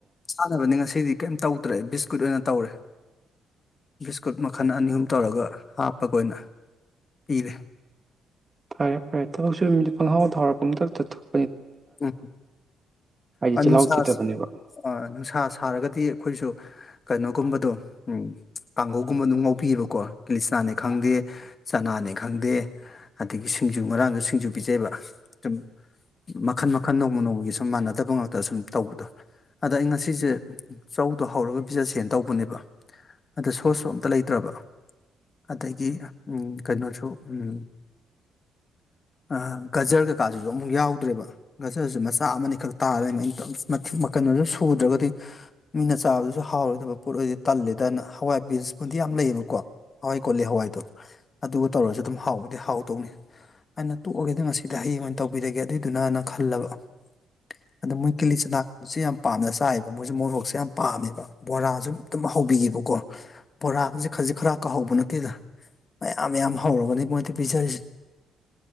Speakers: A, on the left; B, on the right.
A: ꯆꯥꯅꯕꯗꯤ ꯉꯁꯤꯗꯤ ꯀꯩꯝ ꯇꯧꯗ꯭ꯔꯦ ꯕꯤꯁꯀꯨꯠ ꯑꯣꯏꯅ ꯇꯧꯔꯦ ꯕꯤꯁꯀꯨꯠ ꯃꯈꯜ ꯑꯅꯤ ꯑꯍꯨꯝ ꯇꯧꯔꯒ ꯍꯥꯞꯄꯒ ꯑꯣꯏꯅ ꯄꯤꯔꯦ
B: ꯐꯔꯦ ꯐꯔꯦ ꯊꯕꯛ ꯁꯨꯕ ꯃꯤꯗꯤ ꯄꯪꯍꯥꯎꯗ ꯍꯥꯎꯔ ꯄꯪꯊꯛꯇ ꯊꯛ
A: ꯎꯝ
B: ꯍꯥꯏꯗꯤ
A: ꯑ
B: ꯆꯤꯜꯍꯥꯎ
A: ꯅꯨꯡꯁꯥ
B: ꯊꯤꯗꯕꯅꯦꯕ
A: ꯑ ꯅꯨꯡꯁꯥ ꯁꯥꯔꯒꯗꯤ ꯑꯩꯈꯣꯏꯁꯨ ꯀꯩꯅꯣ ꯒꯨꯝꯕꯗꯣ ꯎꯝ ꯀꯥꯡꯒꯧꯒꯨꯝꯕ ꯑꯗꯨꯝ ꯉꯧꯕꯤꯌꯦꯕꯀꯣ ꯀꯤꯂꯤꯆꯅꯥꯅꯦ ꯈꯪꯗꯦ ꯆꯅꯥꯅꯦ ꯈꯪꯗꯦ ꯑꯗꯒꯤ ꯁꯤꯡꯖꯨ ꯉꯔꯥꯡꯁꯨ ꯁꯤꯡꯖꯨ ꯄꯤꯖꯩꯕ ꯁꯨꯝ ꯃꯈꯜ ꯃꯈꯜ ꯅꯣꯡꯃ ꯅꯣꯡꯃꯒꯤ ꯁꯨꯝ ꯃꯥꯟꯅꯗꯕ ꯉꯥꯛꯇ ꯁꯨꯝ ꯇꯧꯕꯗꯣ ꯑꯗ ꯑꯩ ꯉꯁꯤꯁꯦ ꯆꯧꯗꯣ ꯍꯧꯔꯒ ꯄꯤꯖꯁꯦꯅ ꯇꯧꯕꯅꯦꯕ ꯑꯗ ꯁꯣꯁꯁꯨ ꯑꯝꯇ ꯂꯩꯇ꯭ꯔꯕ ꯑꯗꯒꯤ ꯎꯝ ꯀꯩꯅꯣꯁꯨ ꯎꯝ ꯑꯥ ꯒꯖꯔ ꯀꯩꯀꯥꯗꯨꯁꯨ ꯑꯃꯨꯛ ꯌꯥꯎꯗ꯭ꯔꯦꯕ ꯒꯖꯔꯁꯨ ꯃꯆꯥ ꯑꯃ ꯈꯛ ꯇꯥꯔ ꯂꯩꯔꯝꯃꯦ ꯑꯩꯅ ꯇꯧ ꯃꯊꯤ ꯃꯀꯟ ꯀꯩꯅꯣꯁꯨ ꯁꯨꯗ꯭ꯔꯒꯗꯤ ꯃꯤꯅ ꯆꯥꯕꯗꯁꯨ ꯍꯥꯎꯔꯣꯏꯗꯕ ꯄꯣꯠ ꯑꯣꯏꯔꯗꯤ ꯇꯜꯂꯦꯗꯅ ꯍꯋꯥꯏ ꯕꯤꯟꯁꯕꯨꯨꯗꯤ ꯌꯥꯝ ꯂꯩꯌꯦꯕꯀꯣ ꯍꯋꯥꯏ ꯀꯣꯂꯤ ꯍꯋꯥꯏꯗꯣ ꯑꯗꯨꯒ ꯇꯧꯔꯁꯨ ꯑꯗꯨꯝ ꯍꯥꯎꯕꯗꯤ ꯍꯥꯎꯗꯧꯅꯦ ꯑꯩꯅ ꯇꯣꯛꯑꯒꯦꯗ ꯉꯁꯤꯗꯤ ꯍꯌꯦꯡ ꯑꯣꯏꯅ ꯇꯧꯕꯤꯔꯒꯦ ꯑꯗꯨꯏ ꯗꯨꯅꯅ ꯈꯜꯂꯕ ꯑꯗꯣ ꯃꯣꯏ ꯀꯦꯂꯤꯆꯅꯥ ꯗꯨꯁꯨ ꯌꯥꯝ ꯄꯥꯝꯅ ꯆꯥꯏꯕ ꯃꯣꯏꯁꯨ ꯃꯣꯔꯣꯛ ꯁꯦ ꯌꯥꯝ ꯄꯥꯝꯃꯦꯕ ꯕꯣꯔꯥꯁꯨ ꯗꯨꯝ ꯑꯗꯨꯝ ꯍꯧꯕꯤꯌꯦꯕꯀꯣ ꯕꯣꯔꯥꯒꯁꯦ ꯈꯖꯤꯛ ꯈꯔꯥꯛ ꯀꯥ ꯍꯧꯕ ꯅꯠꯇꯦꯗ ꯃꯌꯥꯝ ꯌꯥꯝꯌꯥꯝ ꯍꯧꯔꯒꯅꯦ ꯃꯣꯏꯗ ꯄꯤꯖꯔꯤꯁꯦ